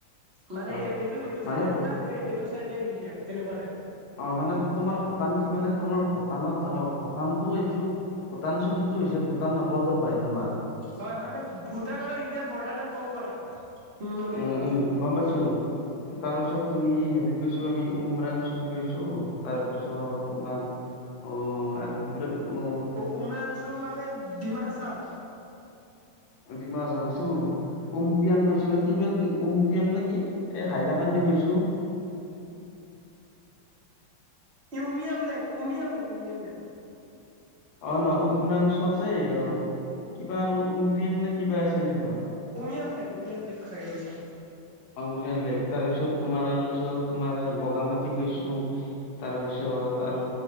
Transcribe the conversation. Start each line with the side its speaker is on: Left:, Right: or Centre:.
Right: মানে
Left: অ
Right: এ এইটো এইটো
Left: মানে
Right: চাইডে
Left: ভূ
Right: ভূটান, এ এইটো চাইডে ইণ্ডিয়া তেনেকুৱা তাইপ।
Left: অ', মানে তোমাৰ ভূটান কি মানে, তোমাৰ ভূটানত অ' ভূটানটো এইটো ভূটান চৌকীটো হৈছে, ভূটান নাপাওঁতে পাই তোমাৰ।
Right: হয়, মানে ভূটান আৰু ইণ্ডিয়াৰ বৰ্ডাৰ টাইপ ক'ব পাৰা। নদীটোৰ
Left: উম
Right: মাজেদি
Left: উম, গম পাইছো। তাৰ পিছত তুমি হেৰিত গৈছোঁ আমি, উমৰাংচুত গৈছোঁ। তাৰপিছত তোমাৰ অ', আৰু ইবিলাক অ
Right: অ', উমৰাংছু মানে ডিমাহাচাও।
Left: ডিমাহাচাও গৈছোঁ। উমক্ৰিয়াঙ গৈছোঁ। কি ব উমক্ৰিয়ান না কি! এ হাইলাকান্দি গৈছোঁ।
Right: Umiam lake Umiam lake, Umiam lake.
Left: অ' ন উমৰাংছু আছেই, কিবা উমৰিয়াং নে কিবা আছে এনেকুৱা।
Right: উমিয়াম লেক, উমিয়াম লেক খাই গৈছে।
Left: অমিয়াম লেক, তাৰে পিছত তোমাৰ, তাৰ পিছত তোমাৰ বগা মাটি গৈছোঁ। তাৰে পিছত আৰু